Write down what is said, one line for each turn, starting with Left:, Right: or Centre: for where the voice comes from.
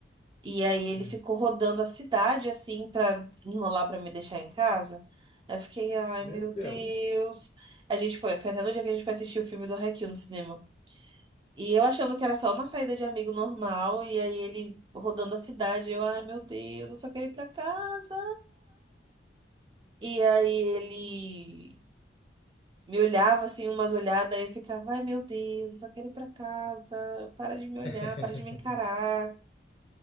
Right: E aí ele
Left: Hum.
Right: ficou rodando a cidade assim pra enrolar pra me deixar em casa. Aí eu fiquei, ai
Left: Meu
Right: meu
Left: Deus.
Right: Deus. A gente foi, foi até no dia que a gente foi assistir o filme do Haikyuu no cinema. E eu achando que era só uma saída de amigo normal, e aí ele rodando a cidade, eu, ai meu Deus, eu só quero ir pra casa. E aí ele me olhava assim, umas olhadas, e eu ficava, ai meu Deus, eu só quero ir pra casa, para de me olhar,
Left: <laughs>
Right: para de me encarar.